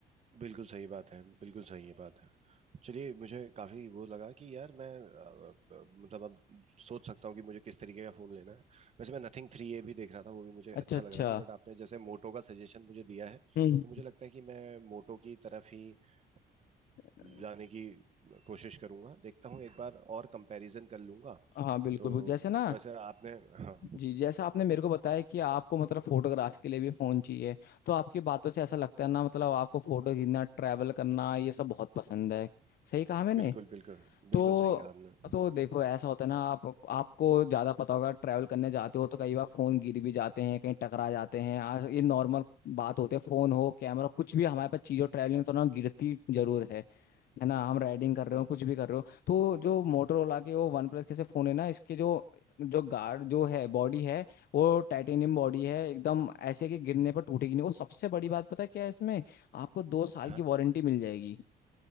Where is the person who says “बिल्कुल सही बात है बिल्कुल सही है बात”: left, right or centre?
Right